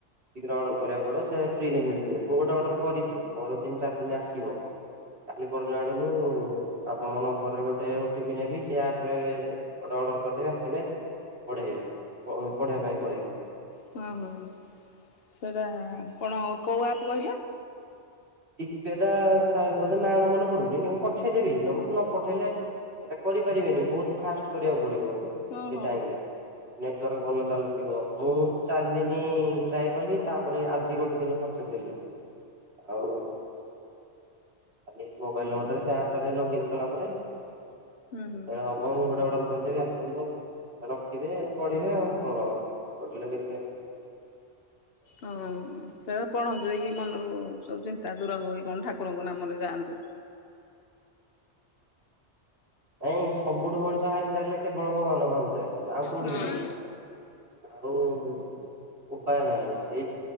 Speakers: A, on the right; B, on the left.
A: ଶୀଘ୍ର ଅର୍ଡର କରିବାକୁ ପଡିବ ସେ ଫ୍ରିରେ ମିଳିଯିବ। ମୁଁ ଗୋଟେ ଅର୍ଡର କରିଛି ମୋର ତିନି ଚାରି ଦିନରେ ଆସିବ। କାଲି ପହରି ଦିନ ଆଡକୁ ଆପଣଙ୍କ ନମ୍ବରରେ ଗୋଟେ ଓ ଟି ପି ନେବି ସେ ଆପରେ। ଗଟେ ଅର୍ଡର କରିଦେବେ ଆସିଲେ ପଢେଇବେ ପ ପଢେଇବା ପାଇଁ କହିବେ।
B: ହଁ ହଁ ସେଇଟା କଣ କୋଉ ଆପ କହିଲ?
A: ଦିଗବେଦା ସାୟଦ ବଧେ ନାଁ ଟା ମନେ ପଡୁନି କିନ୍ତୁ ପଠେଇଦେବି ନ ପଠେଇଲେ। କରିପାରିବେନି ବହୁତ ଫାଷ୍ଟ କରିବାକୁ ପଡିବ
B: ହଁ
A: ସେଇ
B: ହଁ
A: ଟାଇମ୍ରେ।
B: ହଁ।
A: ନେଟୱାର୍କ ଭଲ ଚାଲୁଥିବ। ମୁଁ ଚାରି ଦିନି ଟ୍ରାଏ କଲି ତାପରେ ଆଜି ଗୋଟେ ଦିନ ସକ୍ସେସ ହେଲି। ଆଉ ଖାଲି ମୋବାଇଲ
B: ହୁଁ
A: ନମ୍ବର ଟାରେ ସେ ଅପ୍ଟାରେ ଲଗିନ୍ କଲା ପରେ। ସେତେବେଳେ
B: ହୁଁ।
A: ହବ ମୁଁ ଗୋଟେ ଅର୍ଡର କରିଦେବି ଆସିଯିବ। ରଖିବେ ପଢିବେ ଆଉ କଣ ପଢ଼ିଲେ ଦେଖିବା।
B: ହଁ ସେରା ପଢନ୍ତୁ ଦେଖି ମନରୁ ସବୁ ଚିନ୍ତା ଦୂର ହି କଣ ଠାକୁରଙ୍କ ନାମରେ ଯାଆନ୍ତୁ।
A: ନାଇଁ ସବୁଠୁ ମଣିଷ ହାରି ସାରିଲେ କେବଳ ଭଗବାନ ପାଖଙ୍କୁ ଯାଏ ଆଉ କୋଉଠିକି
B: ହଁ।
A: ଯିବ। ଆଉ ଉପାୟ ନାହିଁ ସେଇ